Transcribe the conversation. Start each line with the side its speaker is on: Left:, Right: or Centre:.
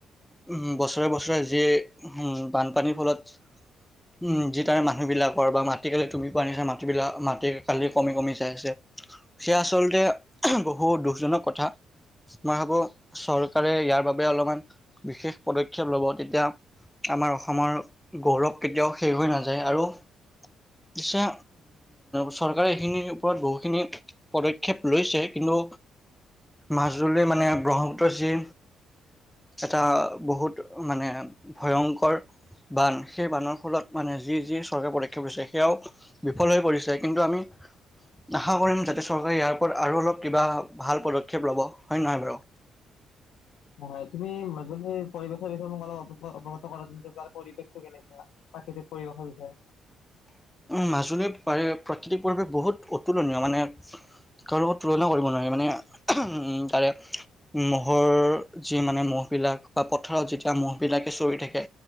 Centre: উম, বছৰে বছৰে যি উম, বানপানীৰ ফলত- উম, যি তাৰে মানুহবিলাকৰ বা মাটি কালি তুমি কোৱা নিচিনা মাটিবিলাক মাটি কালি কমি কমি যায় আছে। সেয়া আচলতে বহুত দুখজনক কথা। মই ভাবো চৰকাৰে ইয়াৰ বাবে অলপমান বিশেষ পদক্ষেপ ল'ব। তেতিয়া আমাৰ অসমৰ গৌৰৱ কেতিয়াও শেষ হৈ নাযায়। আৰু পিছে চৰকাৰে এইখিনিৰ ওপৰত বহুখিনি পদক্ষেপ লৈছে। কিন্তু মাজুলি মানে ব্ৰহ্মপুত্ৰৰ যি এটা বহুত মানে ভয়ংকৰ বান, সেই বানৰ ফলত মানে যি যি চৰকাৰে পদক্ষেপ লৈছে সেয়াও বিফল হৈ পৰিছে, কিন্তু আমি আশা কৰিম যাতে চৰকাৰে ইয়াৰ ওপৰত আৰু অলপ কিবা ভাল পদক্ষেপ ল'ব হয় নহয় বাৰু?
Left: হয়, হয় তুমি মাজুলি পৰিবেশৰ বিষয়ে মোক অলপ অৱগত কৰা যদি পাৰা পৰিৱেশ টো কেনেকুৱা প্ৰাকৃতিক পৰিৱেশৰ বিষয়ে?
Centre: মাজুলীৰ প্ৰাকৃতিক পৰিৱেশ বহুত অতুলনীয় মানে। কাৰো লগত তুলনা কৰিব নোৱাৰি, মানে উম তাৰে মহৰ যি মানে মহবিলাক বা পথাৰত যেতিয়া মহ বিলাকে চৰি থাকে।